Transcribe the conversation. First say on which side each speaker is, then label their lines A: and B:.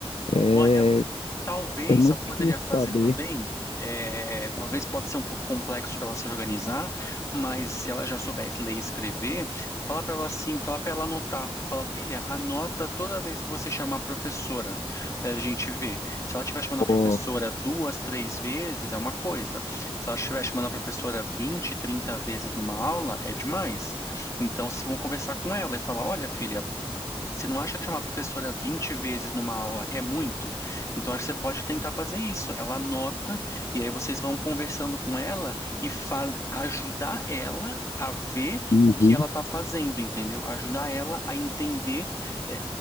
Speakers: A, on the left; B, on the left.
A: É,
B: Olha. Talvez,
A: é muito
B: sabe o que
A: difícil
B: poderia fazer
A: saber.
B: também? É, talvez pode ser um pouco complexo para ela se organizar, mas se ela já souber ler e escrever, fala para ela assim, fala para ela anotar. Fala, filha, anota toda vez que você chamar a professora, para a gente ver. Se ela estiver chamando a professora
A: Ó,
B: duas, três vezes, é uma coisa. Se ela estiver chamando a professora 20 30 vezes numa aula, é demais. Então, se vão conversar com ela e falar, olha, filha, você não acha que chamar a professora 20 vezes numa aula é muito? Então, acho que você pode tentar fazer isso. Ela anota, e aí vocês vão conversando com ela e faz, ajudar ela a ver
A: uhum.
B: o que ela está fazendo, entendeu? Ajudar ela a entender é,